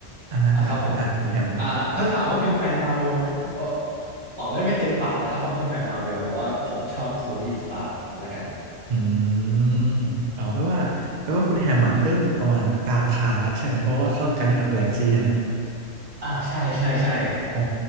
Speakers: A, on the right; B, on the right.
A: อ่าฮะอ่าอ่าคุณแฮมคุณกัน
B: อ่ะครับผมอ่าถ้าถามว่าเป็นแฟนมาเวลไหมผมก็ตอบได้ไม่เต็มปากนะครับว่าเป็นแฟนมาเวลแต่ว่าผมชอบโทนี่สตาร์ละกัน
A: อืมอ๋อแปลว่าแปลว่าคุณแฮมอะเริ่มประมาณกลางทางแล้วใช่ไหมเพราะว่าเข้า Guardian of Galaxy ใช่ไหม
B: อ่าใช่ใช่ใช่
A: อ๋อ